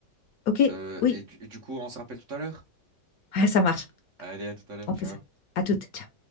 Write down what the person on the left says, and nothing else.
Ok,
oui.
Ouais, ça marche.
On
fait ça. À toutes. Ciao.